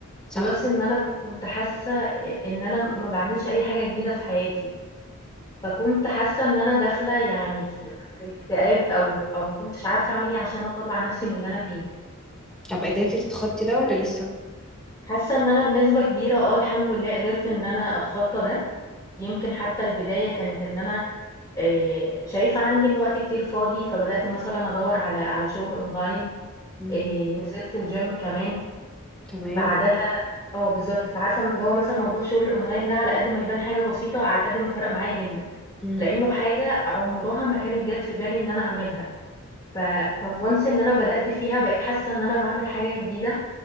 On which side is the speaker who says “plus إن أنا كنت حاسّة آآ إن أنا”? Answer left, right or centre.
Left